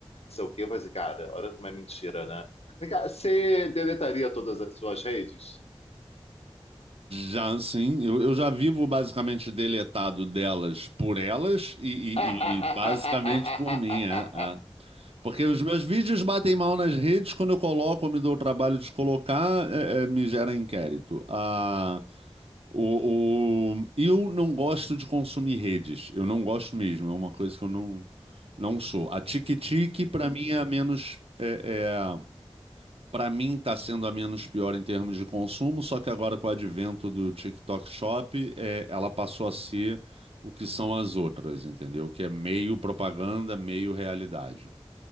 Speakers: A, on the left (about 80°); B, on the right (about 70°).
A: não sei o quê. Eu falei assim, cara, olha como é mentira, né? Vem cá, Você deletaria todas as suas redes?
B: Já, sim, eu, eu já vivo basicamente deletado delas por elas e,
A: <laughs>
B: e- e basicamente por mim, é, é. Porque os meus vídeos batem mal nas redes, quando eu coloco, eu me dou o trabalho de colocar, é, é, me gera inquérito. Ah, O, o- Eu não gosto de consumir redes. Eu não gosto mesmo. É uma coisa que eu não, não sou. A Tiki-Tiki, para mim, é a menos. É, é... Para mim, está sendo a menos pior em termos de consumo. Só que agora, com o advento do TikTok Shop, é, ela passou a ser o que são as outras, entendeu? Que é meio propaganda, meio realidade.